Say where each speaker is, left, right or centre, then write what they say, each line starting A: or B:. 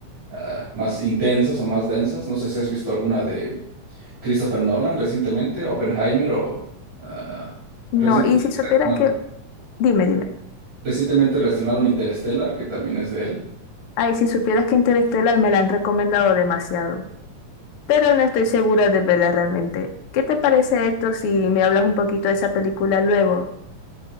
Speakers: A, on the right; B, on the left.
A: ah, más intensas o más densas. No sé si has visto alguna de Christopher Nolan recientemente, Oppenheimer o ah,
B: no,
A: recien-
B: y si supieras
A: perdón,
B: que, dime, dime.
A: recientemente reestrenaron Interstellar, que también es de él.
B: Ay, si supieras que Interstellar me la han recomendado demasiado. pero no estoy segura de verla realmente. ¿Qué te parece, Héctor, si me hablas un poquito de esa película luego?